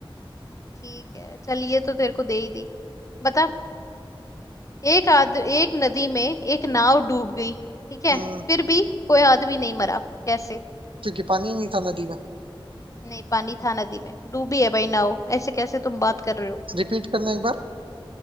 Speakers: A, on the left; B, on the right.
A: ठीक है चल ये तो तेरे को दे ही दी बता एक आद एक नदी में एक नाव डूब गई ठीक है
B: हम्म
A: फिर भी कोई आदमी नहीं मरा कैसे
B: क्योंकि पानी नहीं था नदी में
A: नहीं पानी था नदी में डूबी है भाई नाव ऐसे कैसे तुम बात कर रहे हो
B: रिपीट करना एक बार